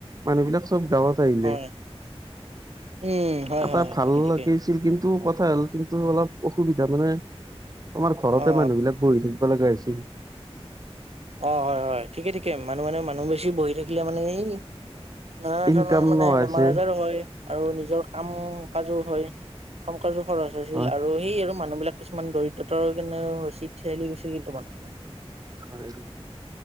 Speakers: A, on the right (about 35°); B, on the right (about 75°).
A: মানুহ বিলাক চব গাঁৱত আহিলে
B: হয় উম হয়
A: এটা
B: হয় হয়
A: ভাল
B: ঠিকে ঠিকে
A: লাগিছিল কিন্তু টো কথা হ'ল কিন্তু অলপ অসুবিধা মানে আমাৰ ঘৰতে
B: অ
A: মানুহ বিলাক বহি থাকে লগা হৈছিল
B: অ হয় হয় ঠিকে ঠিকে মানুহ মানে মানুহ বেছি বহি থাকিলে মানে এই নানা
A: ইনকাম
B: ধৰণৰ মানে
A: নোহোৱা
B: বেমাৰ
A: হৈছে
B: আজাৰো হয় আৰু নিজৰ কাম কাজো হয় কাম কাজো খৰচ হৈছিল
A: হয়।
B: আৰু সেইয়ে আৰু মানুহ বিলাক কিছুমান দৰিদ্ৰতাৰ পিনে ঠেলি গৈছিল <unintelligible>
A: হয়